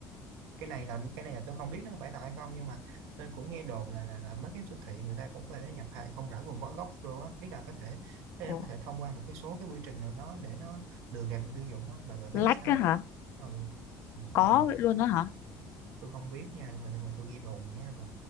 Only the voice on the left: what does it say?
Ủa,
lách
á hả
có vậy luôn đó hả